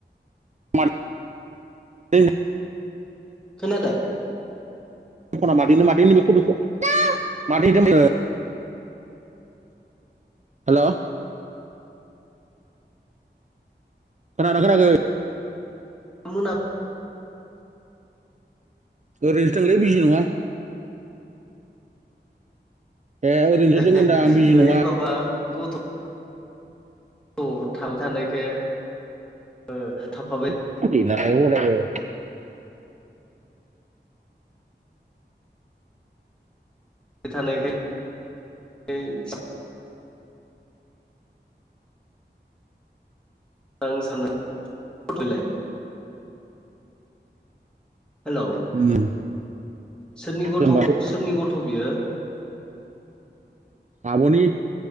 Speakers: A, on the right; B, in the centre.
A: <unintelligible>
B: खोनादों?
A: <unintelligible> मादैनो मादैनो बेखौ बेखौ मादैनो <unintelligible> हेलौ खोनादोंना खोनायाखै?
B: <unintelligible>
A: ओरैनोथो थोंलै बिजि नङा। ए ओरैनोसो
B: <unintelligible>
A: दों होनदां आं बिजि
B: ओइ
A: नङा
B: बाबा गथ' औ थाबाय थानायखाइ ओ थाफाबाय
A: <unintelligible>
B: थानायखाय <unintelligible> आं साननाय <unintelligible> हेलौ
A: उम
B: सोरनि गथ'
A: सोंबाथ'
B: सोरनि गथ' बियो?
A: आब'नि